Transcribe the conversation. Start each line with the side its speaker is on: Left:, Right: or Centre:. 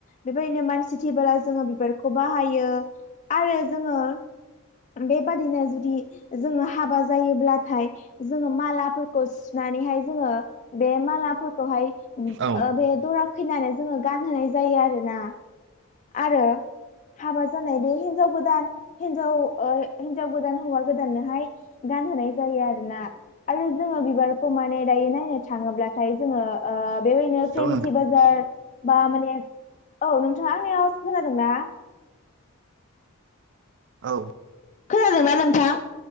Left: बेबायदिनो मानसि थैबोला जोङो बिबार खौ बाहायो आरो जोङो बेबादिनो जुदि जोङो हाबा जायोब्लाथाय जोङो मालाफोरखौ सुनानैहाय जोङो। बे मालाफोरखौहाय ओ
Right: औ
Left: बे दर फैनानै जोङो गानहोनाय जायो आरोना आरोना। हाबा जानाय बे हिनजाव गोदान हिनजाव ओ हिनजाव गोदान हौवा गोदाननोहाय गान नहोनाय जायो आरोना आरो जोङो बिबारखौ माने दायो नायनो थाङोब्लाथाय जोङो ओ। बेबायदिनो फेनसि
Right: हेल' नोंथां
Left: बाजार बा माने औ नोंथां खोनादोंना?
Right: औ।
Left: खोनादोंना नोंथां